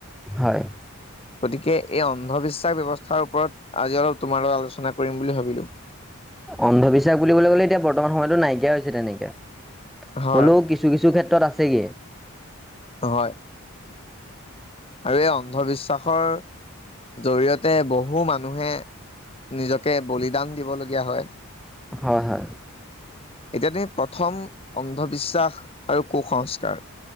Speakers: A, in the centre; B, on the left.
A: হয়।
B: গতিকে এই অন্ধবিশ্বাস ব্যৱস্থাৰ ওপৰত আজি অলপ তোমাৰ লগত আলোচনা কৰিম বুলি ভাবিলো
A: অন্ধবিশ্বাস বুলিবলৈ কলে এতিয়া বৰ্তমান সময়তো নাইকিয়া হৈছে তেনেকে
B: হয়
A: হ'লেও কিছু কিছু ক্ষেত্ৰ আছেগে
B: হয়। আৰু এই অন্ধবিশ্বাসৰ জৰিয়তে বহু মানুহে নিজকে বলিদান দিবলগীয়া হয় ।
A: হয় হয়।
B: এতিয়াতে প্ৰথম অন্ধবিশ্বাস আৰু কুসংস্কাৰ